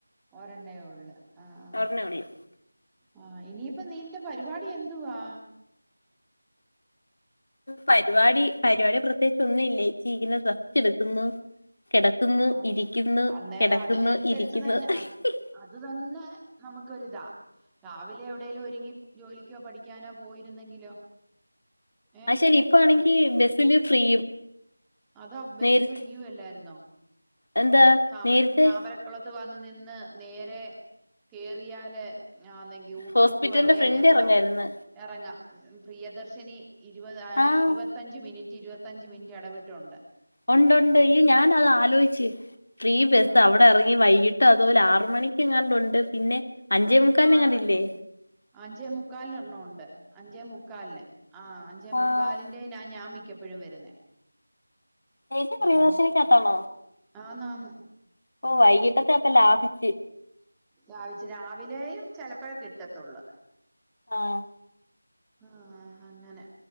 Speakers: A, in the centre; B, on the left.
A: ഒരെണ്ണയോ ഉള്ള ആഹ്
B: <unintelligible>
A: ആ ഇനിയിപ്പ നിന്റെ പരിപാടി എന്തുവാ
B: പരിപാടി പരിപാടി പ്രത്യേകിച്ച് ഒന്നും ഇല്ലേച്ചി. ഇങ്ങനെ റെസ്റ്റെടുക്കുന്നു. കെടക്കുന്നു,
A: ആ
B: ഇരിക്കുന്നു.
A: അന്നേരം
B: കെടക്കുന്നു,
A: അതിനനുസരിച്ച്
B: ഇരിക്കുന്നു.
A: തന്നെ
B: ഹ്ഹി
A: അത്
B: ഹി
A: അത് തന്നെ നമ്മൊക്കൊരിതാ. രാവിലെയെവിടേലും ഒരുങ്ങി ജോലിക്കോ പഠിക്കാനോ പോയിരുന്നെങ്കിലോ. ഏ
B: അ ശെരി ഇപ്പയാണെങ്കി ബസില് ഫ്രീയും.
A: അതാ ബസി
B: നേരത്തെ
A: ഫ്രീയുമല്ലായിരുന്നോ?
B: എന്താ
A: താമ
B: നേരത്തെ
A: താമര പക്കുളത്ത് വന്ന് നിന്ന് നേരെ കേറിയാല് ആന്നേ യൂക്കമുക്ക്
B: ഹോസ്പിറ്റലിന്റെ
A: വരെ
B: ഫ്രണ്ട്
A: എത്താം.
B: ഇറങ്ങായിരുന്നു
A: ഇറങ്ങാം പ്രിയദർശിനി ഇരുപത് ആ
B: ആഹ്
A: ഇരുപത്തഞ്ച് മിനിറ്റ് ഇരുപത്തഞ്ച് മിനിറ്റ് ഇടവിട്ട് റ്റുണ്ട്
B: ഉണ്ട് ഉണ്ട് ഈ ഞാൻ അത് ആലോചിച്ച് ഫ്രീ ബസ്
A: ആഹ്
B: അവിടെ ഇറങ്ങി വൈകിട്ട് അതുപോലെ ആറ് മണിക്ക് ഇങ്ങാനുണ്ട് പിന്നെ അഞ്ചേ
A: ആഹ്
B: മുക്കാലിനെങ്ങാണ്ട്
A: ആറ് മണിക്കുണ്ട്
B: ഇല്ലേ
A: അഞ്ചേ മുക്കാലിന് ഒരണ്ണമൊണ്ട് അഞ്ചേ മുക്കാലിന് ആ അഞ്ചേ മുക്കാലിന്റെ
B: ആഹ്
A: എ ഞാൻ മിക്കപ്പോഴും വരുന്നേ
B: ചേച്ചി പ്രിയദർശിനിക്കകത്താണോ
A: ഉം ആന്ന് ആന്ന്
B: ഓ വൈകീട്ടത്തെ അപ്പം ലാഭിച്ച്
A: ലാഭിച്ച് രാവിലെയും ചിലപ്പോഴ കിട്ടത്തുള്ളൂ
B: ആഹ്
A: ആഹ് അങ്ങനെ